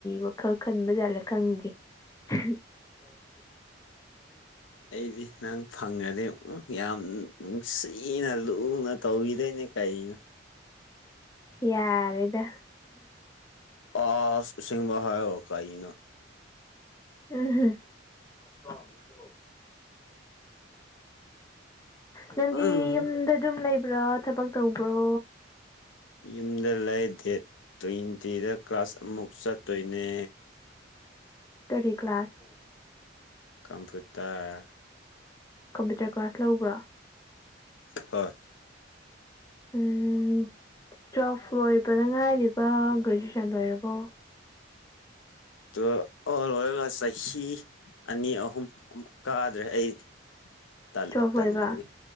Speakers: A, on the left; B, on the left.
A: ꯋꯥꯈꯜ ꯈꯟꯕ ꯖꯥꯠꯂ ꯈꯪꯗꯦ <inaudible>
B: ꯑꯩꯗꯤ ꯅꯪ ꯐꯪꯉꯗꯤ ꯌꯥꯝ ꯅꯨꯡꯁꯤꯅ ꯂꯨꯅ ꯇꯧꯕꯤꯗꯣꯏꯅꯦ ꯀ ꯇꯅ <unintelligible>
A: ꯌꯥꯔꯦꯗ
B: ꯑꯁ ꯑꯁꯦꯡꯕ ꯍꯥꯏꯔꯒ ꯀꯩꯅꯣ
A: <unintelligible> ꯅꯪꯗꯤ
B: ꯎꯝ
A: ꯌꯨꯝꯗ ꯑꯗꯨꯝ ꯂꯩ ꯄꯨꯔꯥ ꯊꯕꯛ ꯇꯧꯕ꯭ꯔꯣ
B: ꯌꯨꯝꯗ ꯂꯩ ꯗꯦꯠ ꯇ꯭ꯋꯦꯟꯇꯤꯗ ꯀ꯭ꯂꯥꯁ ꯑꯃꯨꯛ ꯆꯠꯇꯣꯏꯅꯦ
A: ꯀꯔꯤ ꯀ꯭ꯂꯥꯁ
B: ꯀꯝꯄꯌꯨꯇꯔ
A: ꯀꯝꯄ꯭ꯌꯨꯇꯔ ꯀ꯭ꯂꯥꯁ ꯂꯧꯕ꯭ꯔꯥ
B: ꯍꯣꯏ
A: ꯎꯝ ꯇ꯭ꯋꯦꯜꯐ ꯂꯣꯏꯕꯗ ꯉꯥꯏꯔꯤꯕ ꯒ꯭ꯔꯦꯖꯨꯑꯦꯁꯟ ꯂꯣꯏꯔꯕꯣ
B: ꯇ <unintelligible> ꯂꯣꯏꯔꯒ ꯆꯍꯤ ꯑꯅꯤ ꯑꯍꯨꯝꯛ ꯀꯥꯗ꯭ꯔꯦ ꯑꯩ ꯇꯟ-ꯇꯟꯕꯒꯤ
A: ꯇꯨꯋꯦꯜꯐ ꯂꯣꯏꯕ